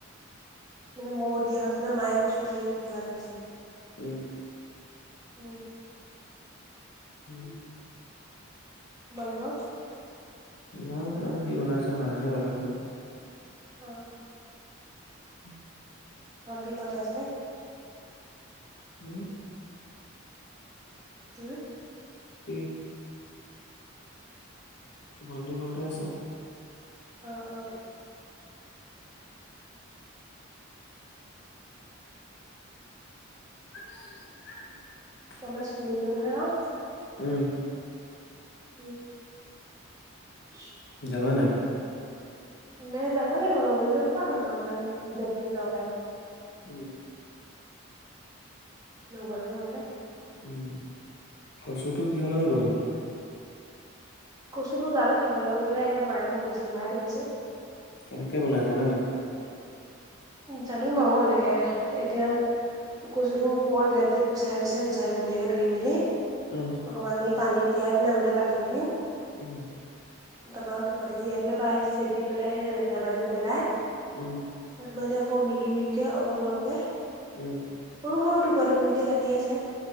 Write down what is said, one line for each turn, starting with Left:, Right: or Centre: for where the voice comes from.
Right: মানে মই উঠি আহোঁতে নে মায়ে কচু ঠাৰি কুটি থকা দেখিছোঁ।
Left: উম।
Right: উম।
Left: উম।
Right: তোমালোকৰ?
Left: নাই জানো কি বনাইছে মায়েহে বনাব।
Right: অ
Left: <inaudible>
Right: ভন্টি ঘৰতে আছেনে?
Left: উম?
Right: হম্।
Left: <unintelligible> ভণ্টি ঘৰতে আছে।
Right: অ', অ'।
Left: <unintelligible>
Right: কলেজ খুলিবই নহয় আৰু।
Left: উম।
Right: উম। <inaudible>
Left: যাবা নে নাই?
Right: কলেজ যাব লাগিব নগ'লে নো কৰপৰা হ'ব, ইমান সুবিধা দিছে চৰকাৰে।
Left: উম।
Right: নগ'লে হ'বনে।
Left: উম, কচুটো কিহৰ লগত বনাব?
Right: কচুটো জানো কিহৰ লগত বনাই এতিযা মায়ে মই কুটি থকা হে দেখিছোঁ।
Left: কেনেকে বনাই জানা নে নাই?
Right: জানো বাৰু এনেকে এতিয়া কচুটোৰ ওপৰবিলাক যে গুচাই লৈছে গুচাই ধুনীয়াকে ধুই মেলি।
Left: উম।
Right: অকণমান দেৰি পানী তিয়াই থলে মানে কাটি কুটি।
Left: উম।
Right: তাৰপা টি দিয়াই দিলে বাাই চেপি পেলাই সেই লেতেৰা পানীটো পেলাই।
Left: উম।
Right: আৰু তোমাৰ এতিয়া সৰু মিহি মিহিকে অলপ অলপকে।
Left: উম।
Right: সৰু সৰু টুকুৰা টুকুৰি কে কৰি কাটি আছে।